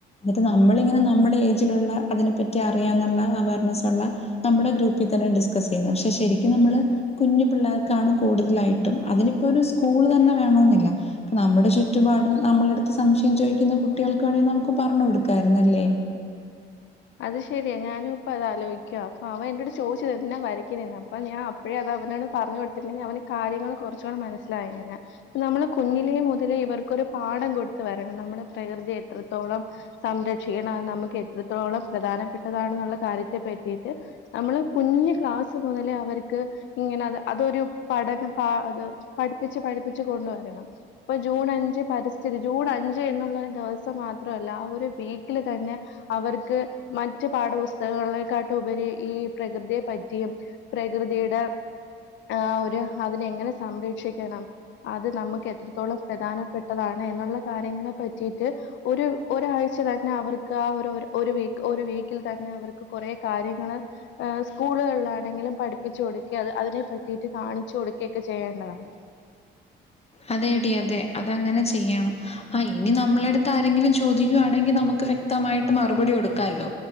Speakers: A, on the left; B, on the left.
A: ഇത് നമ്മളിങ്ങനെ നമ്മുടെ ഏജിലുള്ള അതിനെപ്പറ്റി അറിയാന്നുള്ള അവയർനെസ്സുള്ള നമ്മുടെ ഗ്രൂപ്പി തന്നെ ഡിസ്കസ് ചെയ്യുന്നത് പക്ഷെ ശരിക്കും നമ്മള് കുഞ്ഞു പിള്ളേർക്കാണ് കൂടുതലായിട്ടും അതിനിപ്പോ ഒരു സ്കൂൾ തന്നെ വേണോന്നില്ല നമ്മുടെ ചുറ്റുപാടും നമ്മളടുത്ത് സംശയം ചോദി കുട്ടികൾക്ക് വേണെങ്കിൽ നമുക്ക് പറഞ്ഞു കൊടുക്കായിരുന്നല്ലേ
B: അത് ശരിയ ഞാനും ഇപ്പ അത് ആലോയിക്ക അപ്പൊ അവൻ എന്റട്ത്ത് ചോദിച്ചത് എന്തിനാ വരക്കുന്നേന്ന് അപ്പൊ ഞാൻ അപ്പഴേ അത് അവനോട് പറഞ്ഞു കൊടുത്തിട്ടുണ്ടെങ്കി അവന് കാര്യങ്ങൾ കൊറച്ചുകൂടെ മനസ്സിലായേനെ നമ്മള് കുഞ്ഞിലെ മുതലേ ഇവർക്കൊരു പാഠം കൊടുത്ത് വരണം നമ്മുടെ പ്രകൃതി എത്രത്തോളം സംരക്ഷിക്കണം നമ്മക്ക് എത്രത്തോളം പ്രധാനപ്പെട്ടതാണെന്നുള്ള കാര്യത്തെ പറ്റിയിട്ട് നമ്മള് കുഞ് ക്ലാസ്സ് മുതലേ അവർക്ക് ഇങ്ങനെ അത് അതൊരു പഠനം പ അത് പഠിപ്പിച്ച് പഠിപ്പിച്ച് കൊണ്ടുവരണം ഇപ്പൊ ജൂൺ അഞ്ച് പരിസ്ഥിതി ജൂൺ അഞ്ച് എന്നുള്ള ഒരു ദിവസം മാത്രല്ല ആ ഒരു വീക്കില് തന്നെ അവർക്ക് മറ്റു പാഠപുസ്തകങ്ങളെക്കാട്ടും ഉപരി ഈ പ്രകൃതിയെ പറ്റിയും പ്രകൃതിയുടെ ആ ഒരു അതിനെ എങ്ങനെ സംരക്ഷിക്കണം അത് നമ്മക്ക് എത്രത്തോളം പ്രധാനപ്പെട്ടതാണ് എന്നുള്ള കാര്യങ്ങളെ പറ്റീട്ട് ഒരു ഒരാഴ്ച തന്നെ അവർക്ക് ആ ഒരു ഒരു ഒരു വീക്ക് ഒരു വീക്കിൽ തന്നെ അവർക്ക് കൊറേ കാര്യങ്ങള് ആഹ് സ്കൂളുകളിലാണെങ്കിലും പഠിപ്പിച്ചു കൊടുക്കേ അത് അതിനെ പറ്റിയിട്ട് കാണിച്ചു കൊടുക്കകൊക്കെ ചെയ്യേണ്ടതാണ്
A: അതെ ഡീ അതെ അതങ്ങനെ ചെയ്യണം ആഹ് ഇനി നമ്മളടുത്ത് ആരെങ്കിലും ചോദിക്കുയാണെങ്കി നമുക്ക് വ്യക്തമായിട്ട് മറുപടി കൊടുക്കാല്ലോ